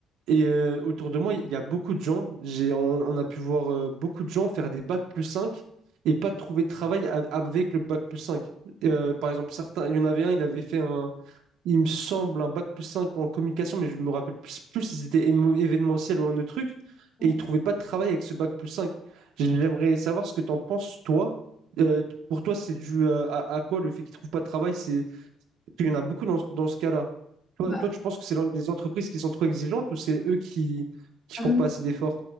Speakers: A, on the right (about 85°); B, on the left (about 30°).
A: et euh, autour de moi, il y a beaucoup de gens. J'ai, on, on a pu voir euh, beaucoup de gens faire des bacs plus 5 et pas trouver de travail a- avec le bac plus cinq Euh, par exemple, certains, il y en avait un, il avait fait un il me semble, un bac plus 5 en communication, mais je me rappelle plus, plus si c'était émo- événementiel ou un autre truc,
B: Ouais.
A: et il trouvait pas de travail avec ce bac plus 5. J'aimerais savoir ce que tu en penses, toi. Euh, pour toi, c'est dû euh, à, à quoi le fait qu'il trouve pas de travail? C'est... parce qu'il y en a beaucoup dans, dans ce cas-là. Toi,
B: Bah,
A: toi, tu penses que c'est l'en- les entreprises qui sont trop exigeantes ou c'est eux qui qui
B: ah non,
A: font pas
B: non.
A: assez d'efforts?